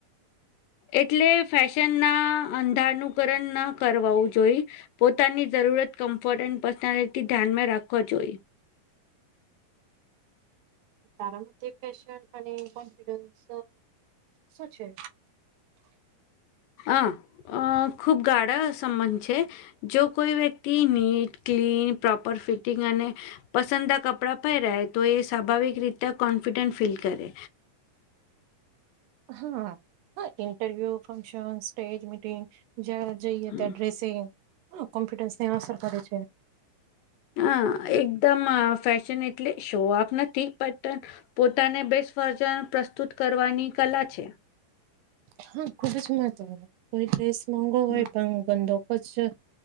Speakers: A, on the left; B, on the right.
A: એટલે ફેશનના અંધારનું કરણના કરવાઓ જોઈ પોતાની જરૂરત કમ્ફર્ટ એન્ડ પર્સનાલિટી ધ્યાનમાં રાખવા જોઈએ.
B: તમારા કે ફેશન અને કોન્ફિડન્સ શું છે?
A: અ. અ ખૂબ ગાળા સંબંધ છે? જો કોઈ વ્યક્તિ નીટ ક્લીન પ્રોપર ફિટિંગ અને પસંદા કપડાં પહેરાય તો એ સ્વાભાવિક રીતે કોન્ફિડન્ટ ફીલ કરે.
B: હા હા. ઇન્ટરવ્યુ, ફંક્શન, સ્ટેજ મીટિંગ જ્યાં જઈએ
A: હમ.
B: ત્યાં ડ્રેસિંગ, કોમ્પુટન્સને અસર કરે છે.
A: હ, એકદમ ફેશન. એટલે શોઆફ નથી પણટ પોતાને બેસ્ટ વર્જન પ્રસ્તુત કરવાની કલા છે.
B: હા, ખુબ જ <unintelligible> કોઈ ડ્રેસ મોગો
A: હમ
B: હોય પણ ગંદોકો જ